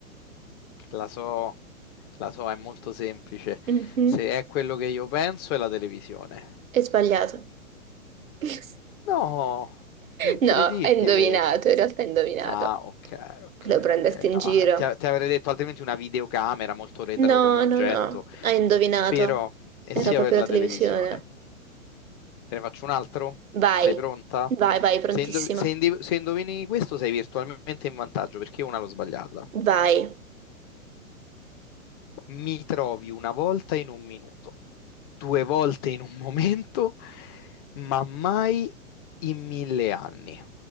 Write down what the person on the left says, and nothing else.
La so, la so, è molto semplice.
Se è quello che io penso, è la televisione.
No, incredibile.
Ah, ok, ok,
ok.
No,
ti, ti avrei detto altrimenti una videocamera molto retro
come oggetto,
però è
sia
per la
televisione. Te ne faccio un altro?
Sei pronta?
Se, indo- se indi- se indovini questo sei virtualmente in vantaggio perché io una l'ho sbagliata.
Mi trovi una volta in un minuto, due volte in un momento, ma mai in mille anni.